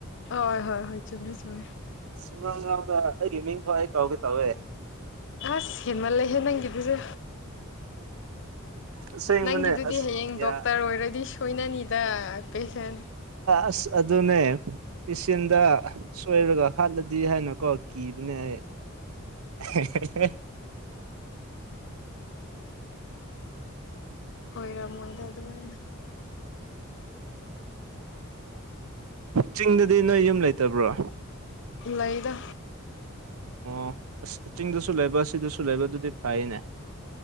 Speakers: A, on the left; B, on the right.
A: ꯑꯣꯏ ꯍꯣꯏ ꯍꯣꯏ ꯆꯨꯝꯃꯤ ꯆꯨꯝꯃꯤ
B: ꯁꯨꯃꯥꯡꯔꯥꯎꯗ ꯑꯩꯒꯤ ꯃꯤꯡꯐꯥꯎ ꯑꯩ ꯀꯥꯎꯒꯦ ꯇꯧꯋꯦ
A: ꯑꯁ ꯍꯦꯟꯃꯜꯂꯦꯍꯦ ꯅꯪꯒꯤꯗꯨꯖꯨ
B: ꯑꯁꯦꯡꯕꯅꯦ
A: ꯅꯪꯒꯤꯗꯨꯗꯤ
B: ꯑꯁ
A: ꯍꯌꯦꯡ
B: ꯌꯥ
A: ꯗꯣꯛꯇꯔ ꯑꯣꯏꯔꯗꯤ ꯁꯣꯏꯅꯅꯤꯗ ꯄꯦꯁꯦꯟ
B: ꯑꯁ ꯑꯗꯨꯅꯦ ꯄꯦꯁꯦꯟꯗ ꯁꯣꯏꯔꯒ ꯍꯥꯠꯂꯗꯤ ꯍꯥꯏꯅꯀꯣ ꯀꯤꯕꯅꯦ ꯑꯩ꯫ <unintelligible>
A: ꯑꯣꯏꯔꯝꯃꯣꯏꯗ ꯑꯗꯨꯃꯥꯏꯅ꯫
B: ꯆꯤꯡꯗꯗꯤ ꯅꯣꯏ ꯌꯨꯝ ꯂꯩꯇꯕ꯭ꯔꯣ?
A: ꯂꯩꯗ꯫
B: ꯑꯣ ꯑꯁ ꯆꯤꯡꯗꯁꯨ ꯂꯩꯕ ꯁꯤꯗꯁꯨ ꯂꯩꯕ ꯑꯗꯨꯗꯤ ꯐꯩꯅꯦ꯫